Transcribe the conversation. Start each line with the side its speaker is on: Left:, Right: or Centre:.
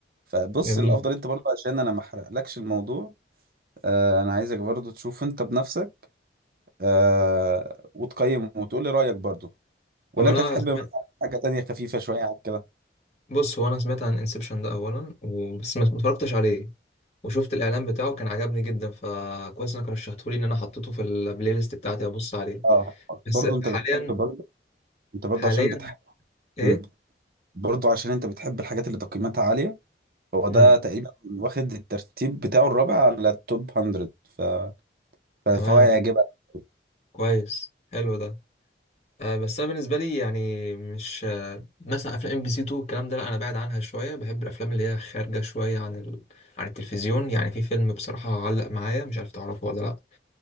Right: فبص
Left: جميل
Right: الافضل انت برضه عشان انا ما احرقلكش الموضوع آه انا عايزك برضه تشوف انت بنفسك آه وتقيم وتقول لي رأيك برضه ولا
Left: هو
Right: انت
Left: أنا
Right: تحب
Left: سمعت
Right: مثلا حاجة تانية خفيفة شوية عن كده
Left: بص هو أنا سمعت عن انسبشن ده أولا و- بس ما ما اتفرجتش عليه وشفت الإعلان بتاعه كان عجبني جدا فكويس إنك رشحته لي إن أنا حطيته في البلاي ليست بتاعتي أبص عليه
Right: اه
Left: بس
Right: برضه انت
Left: حاليا
Right: بتحب برضه انت برضو
Left: حاليا
Right: عشان بتحب
Left: إيه؟
Right: مم. برضو عشان انت بتحب الحاجات اللي تقييماتها عالية هو
Left: مم.
Right: ده تقريبا واخد الترتيب بتاعه الرابع على التوب 100 ف... ف-
Left: تمام
Right: فهو هيعجبك
Left: كويس حلو ده آه، بس انا بالنسبه لي يعني مش آه، مثلا افلام ام بي سي 2 الكلام ده لا انا بعد عنها شويه بحب الافلام اللي هي خارجه شويه عن ال... عن التلفزيون يعني في فيلم بصراحه علق معايا مش عارف تعرفه ولا لا